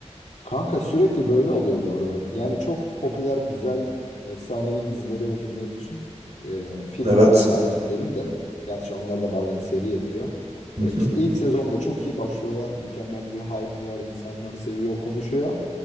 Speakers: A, on the left; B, on the right.
A: Kanka sürekli böyle oluyor bu arada. Yani çok popüler, güzel, efsanevi dizileri ve filmleri düşün. Ee, filmi
B: Evet.
A: hadi dahil etmeyelim de. Gerçi onlar da bazen seri yapıyor.
B: Hı
A: Ee, işte
B: hı.
A: ilk sezonda çok iyi başlıyorlar. Mükemmel bir hype var. İnsanlar seviyor, konuşuyor.